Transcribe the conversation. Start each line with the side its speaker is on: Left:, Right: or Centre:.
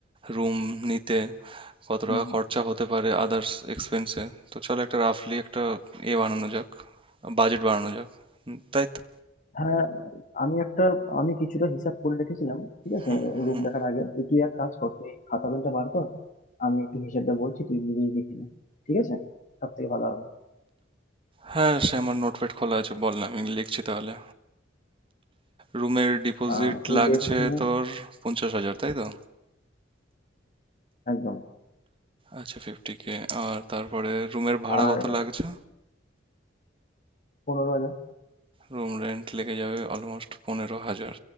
Right: রুম নিতে কত
Left: হুম
Right: টাকা
Left: হুম।
Right: খরচা হতে পারে আদার্স এক্সপেন্সে তো চল একটা রাফলি একটা এ বানানো যাক বাজেট বানানো যাক হুম, তাই তো
Left: হ্যাঁ আমি একটা আমি কিছুটা হিসাব করে রেখেছিলাম ঠিক আছে
Right: হুম
Left: রুম
Right: হুম
Left: দেখার আগে তুই তুই এক কাজ কর তুই খাতা পেনটা বার কর আমি একটু হিসাবটা বলছি তুই নিজেই দেখে নে ঠিক আছে সব থেকে ভালো হবে
Right: হ্যাঁ সে আমার নোটপ্যাড খোলা আছে বল না আমি লিখছি তাহলে রুমের ডিপোজিট
Left: আহ তুই
Right: লাগছে
Left: দেখ ওখানে
Right: তোর পঞ্চাশ হাজার তাই তো
Left: একদম
Right: আচ্ছা ফিফটি কে আর তারপরে রুমের ভাড়া
Left: আর
Right: কত লাগছে
Left: পনেরো হাজার
Right: রুম রেন্ট লেগে যাবে অলমোস্ট পনেরো হাজার